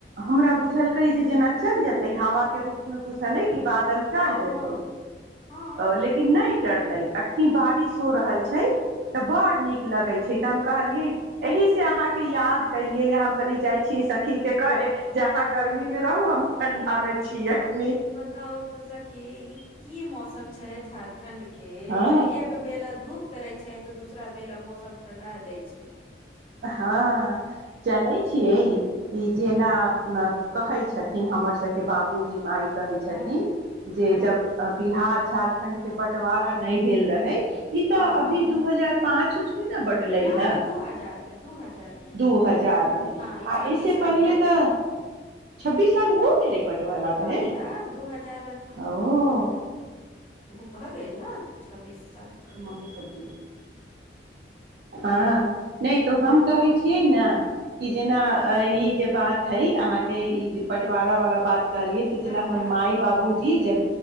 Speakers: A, on the right (about 55°); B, on the left (about 30°).
A: हमरा बुझलकै जे जेना चल जेते हवा के रूख में बुझ भलै के बादल डर
B: हँ
A: जेतै
B: हँ
A: ओ
B: हँ
A: लेकिन नहि डरलै अखनी बारिश हो रहल छै तऽ बड़ नीक लगै छै तऽ हम कहलियै एहि ते अहाँके याद कैलियै या हम कहलीयै जाइ छीयै सखी के कहे जे अहाँ गर्मीमे रहु हम ठंडामे छी अखनी
B: बताउ तऽ सखी ई की मौसम छै झारखंड के
A: हँ
B: मने एक बेला धूप करै छै तऽ दूसरा बेला मौसम ठण्डा दै छै
A: हँ जनै छियै ई जेना कहै छथिन हमरसभके बाबूजी मााय कहै छथिन
B: हँ
A: जे
B: हँ
A: जब बिहार झारखण्डके बँटवारा नहि भेल रहै ई
B: हँ
A: तऽ
B: हँ
A: अभी दू हजार पाँच किछमे न बटले
B: न
A: हए
B: न दू हजार मे दू हजार मे
A: दू हजारमे
B: हँ ई
A: आ
B: छब्बीस
A: एहिसँ
B: साल
A: पहिले
B: भेल
A: त छब्बीस साल होय गेलै बँटवाला
B: हँ
A: भेल
B: तऽ दू हजार
A: अओ
B: भ गेल ने छब्बीस साल
A: मम्मी सब्जी बनेलकै। हँ नइ तो
B: हँ
A: हम कहै छियै ने <inaudible> कि जेना
B: हँ
A: ई जे बात हइ अहाँके ई जे बँटबारा बला बात कहलियै त जेना
B: हँ
A: हमर
B: हँ
A: मााय बाबू जी जब